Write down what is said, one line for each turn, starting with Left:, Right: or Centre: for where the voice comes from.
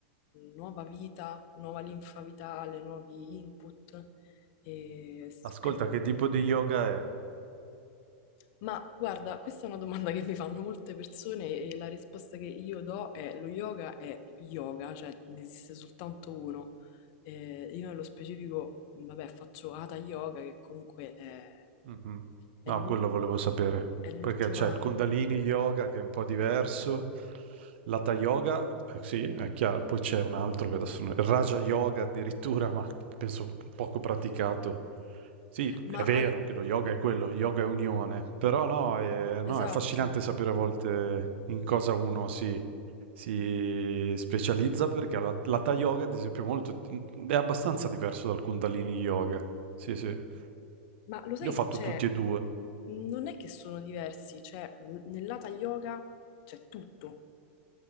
Left: nuova vita, nuova linfa vitale, nuovi input. E s-
Right: Ascolta,
Left: prim-
Right: che tipo di yoga è?
Left: Ma guarda, questa è una domanda che mi fanno molte persone e la risposta che io do è lo yoga è yoga, cioè ne esiste soltanto uno. Eh, io nello specifico, vabbè, faccio Hatha Yoga che comunque è,
Right: Mhm.
Left: è
Right: No,
Left: l'ul-
Right: quello volevo sapere.
Left: è l'ultima...
Right: perché c'è il Kundalini Yoga che è un po' diverso, l'Hatha Yoga, eh, sì, è chiaro, poi c'è un altro che adesso non- il Raja Yoga addirittura, ma penso poco praticato. Sì,
Left: Ma
Right: è vero
Left: al-
Right: che lo yoga è quello, yoga è unione, però no, è, no,
Left: esatto,
Right: è affascinante sapere a volte in cosa uno si, si specializza perché la, l'Hatha Yoga, ad esempio, è, molto, è abbastanza diverso dal Kundalini Yoga. Sì, sì. Io
Left: ma lo sai
Right: ho fatto
Left: che c'è?
Right: tutti e due.
Left: Non è che sono diversi, cioè l- nel Hatha Yoga c'è tutto,